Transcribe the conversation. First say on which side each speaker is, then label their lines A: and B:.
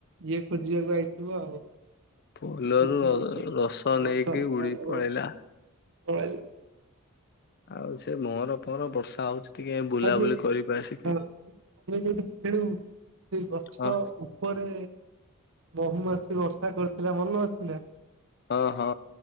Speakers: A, on the right (about 60°); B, on the left (about 45°).
A: ଇଏ ଖୋଜିବାକୁ ଆଇ ଆଉ
B: ଫୁଲରୁ
A: ମିଠା ଅଂଶ ଟା
B: ରସ
A: ରସ
B: ନେଇକି ଉଡି ପଳେଇଲା।
A: ରସ <unintelligible>
B: ଆଉ ସେ ଭାଅଁର ଫଅଁର ବର୍ଷା ହଉଛି। ଟିକେ ବୁଲାବୁଲି
A: ଆଉ ଯୋଉ
B: କରିବା ଆସିକି
A: ଆମେ ଯୋଉଠି ଖେଳୁ ସେଇ ଗଛ
B: ହଁ
A: ଉପରେ ବହୁୂମାଛି ବର୍ଷା କରିଥିଲା ମନେ ଅଛିନା।
B: ହଁ ହଁ